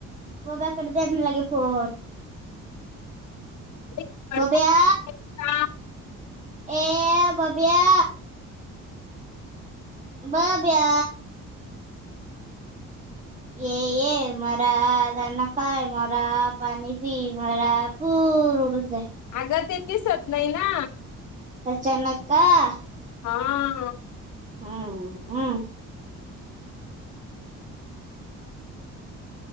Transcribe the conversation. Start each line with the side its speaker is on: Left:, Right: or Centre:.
Right: बाब्या कड द्या ना लगे फोन.
Left: एक बडा-
Right: बब्या.
Left: एक काम
Right: ए बाब्या. बब्या. ये ये मरा जण काय मरा पाणी. मी मला पूर उडून जाई.
Left: अगं तेचे सप्लाय ना?
Right: तचानक कां.
Left: हां.
Right: हम् हा.